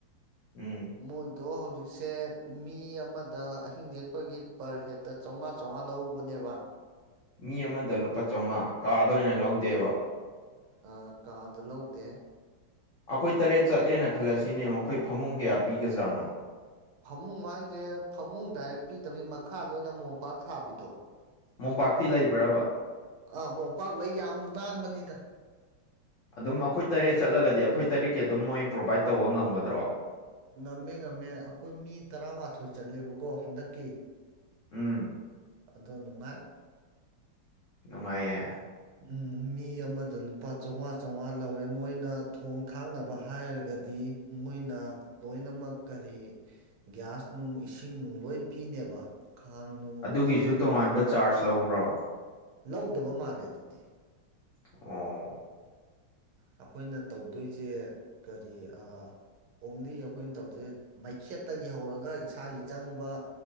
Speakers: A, on the left; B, on the right.
A: ꯎꯝ
B: ꯃꯣꯏꯗꯣ ꯍꯧꯖꯤꯛꯁꯦ ꯃꯤ ꯑꯃꯗ ꯑꯍꯤꯡ ꯅꯦꯛꯄꯒꯤ ꯄꯔ ꯍꯦꯠ ꯇ ꯆꯧꯉꯥ ꯆꯧꯉꯥ ꯂꯧꯕꯅꯦꯕ
A: ꯃꯤ ꯑꯃꯗ ꯂꯨꯄꯥ ꯆꯧꯉꯥ ꯀꯥꯗ ꯑꯣꯏꯅ ꯂꯧꯗꯦꯕ
B: ꯑꯥ ꯀꯥꯗꯣ ꯂꯧꯗꯦ
A: ꯑꯩꯈꯣꯏ ꯇꯔꯦꯠ ꯆꯠꯂꯦꯅ ꯈꯜꯂꯁꯤꯅꯦ ꯃꯈꯣꯏ ꯐꯃꯨꯡ ꯀꯌꯥ ꯄꯤꯒꯖꯥꯠꯅꯣ
B: ꯐꯃꯨꯡ ꯍꯥꯏꯁꯦ ꯐꯃꯨꯡ ꯗꯥꯏꯔꯦꯛ ꯄꯤꯗꯕꯩ ꯃꯈꯥꯗ ꯑꯣꯏꯅ ꯃꯣꯝꯄꯥꯛ ꯊꯥꯕꯤꯗꯣ
A: ꯃꯣꯝꯄꯥꯛꯇꯤ ꯂꯩꯕ꯭ꯔꯥꯕ
B: ꯑꯥ ꯃꯣꯝꯄꯥꯛꯂꯩ ꯌꯥꯝ ꯅꯥꯟꯕꯅꯤꯗ
A: ꯑꯗꯨꯝ ꯑꯩꯈꯣꯏ ꯇꯔꯦꯠ ꯆꯠꯂꯒꯗꯤ ꯑꯩꯈꯣꯏ ꯇꯔꯦꯠꯀꯤ ꯑꯗꯨꯝ ꯃꯣꯏ ꯄ꯭ꯔꯣꯕꯥꯏꯠ ꯇꯧꯕ ꯉꯝꯒꯗ꯭ꯔꯣ
B: ꯉꯝꯃꯦ ꯉꯝꯃꯦ ꯑꯩꯈꯣꯏ ꯃꯤ ꯇꯔꯥꯃꯥꯊꯣꯏ ꯆꯠꯂꯦꯕꯀꯣ ꯍꯟꯗꯛꯀꯤ
A: ꯎꯝ
B: ꯑꯗꯣ ꯅꯨꯡꯉꯥꯏ
A: ꯅꯨꯡꯉꯥꯏꯌꯦ
B: ꯎꯝ ꯃꯤ ꯑꯃꯗ ꯂꯨꯄꯥ ꯆꯧꯉꯥ ꯆꯧꯉꯥ ꯂꯧꯋꯦ ꯃꯣꯏꯅ ꯊꯣꯡ ꯈꯥꯡꯅꯕ ꯍꯥꯏꯔꯒꯗꯤ ꯃꯣꯏꯅ ꯂꯣꯏꯅꯃꯛ ꯀꯔꯤ ꯒ꯭ꯌꯥꯁ ꯅꯨꯡ ꯏꯁꯤꯡ ꯅꯨꯡ ꯂꯣꯏ ꯄꯤꯅꯦꯕ ꯈꯥꯡ ꯅꯨꯡ
A: ꯑꯗꯨꯒꯤꯁꯨ
B: ꯀꯣꯜ ꯂꯤꯛ ꯅꯨꯡ
A: ꯇꯣꯉꯥꯟꯕ ꯆꯥꯔꯖ ꯂꯧꯕ꯭ꯔꯣ
B: ꯂꯧꯗꯕ ꯃꯥꯜꯂꯦ ꯑꯗꯨꯗꯤ
A: ꯑꫭ
B: ꯑꯩꯈꯣꯏꯅ ꯇꯧꯗꯣꯏꯖꯦ ꯀꯔꯤ ꯑꯥ ꯑꯣꯡꯂꯤ ꯑꯩꯈꯣꯏꯅ ꯇꯧꯗꯦ ꯃꯩꯈꯦꯠꯇꯒꯤ ꯍꯧꯔꯒ ꯏꯁꯥꯒꯤ ꯆꯪꯕ